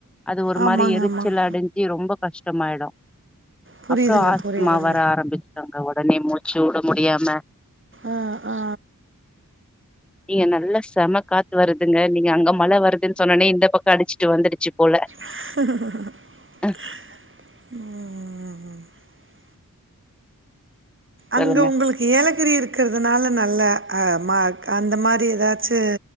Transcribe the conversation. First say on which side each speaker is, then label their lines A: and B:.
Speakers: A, in the centre; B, on the right.
A: அது ஒரு
B: ஆமாங்க
A: மாரி எரிச்சல்
B: ஆமாங்க
A: அடஞ்சு ரொம்ப கஷ் கஷ்டமாயிடு
B: புரியுதுங்க
A: அக்கா ஆஸ்துமா
B: புரியுதுங்க
A: வர ஆரம்பிச்சிரு உடனே மூச்சு ச்சு உட முடியாம
B: ஆ ஆ
A: இங்க நல்ல செம காத்து வருதுங்க நீங்க அங்க மழை வருது க்கு சொன்னனே இந்த பக்கம் அடிச்சுட்டு வந்துடுச்சு போல
B: ஹஹம்
A: அ
B: ம் ம் ம் அங்க
A: சொல்லுங்க
B: உங்களுக்கு ஏலக் கத்திரி இருக்கிறதுனால நல்ல அ மா க அந்த மாரி ஏதாச்சு